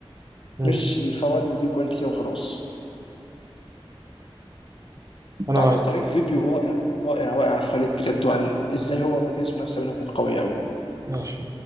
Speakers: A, on the right; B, on the left.
A: مم.
B: مش الفواد اللي بتجيب جوان كتير وخلاص
A: انا
B: تعالى
A: معاك
B: يا اسطى اوريك فيديو رائع رائع رائع عن خالد بجد وعن ازاي هو وماتياس منافسه بينهم كانت قويه قوي
A: ماشي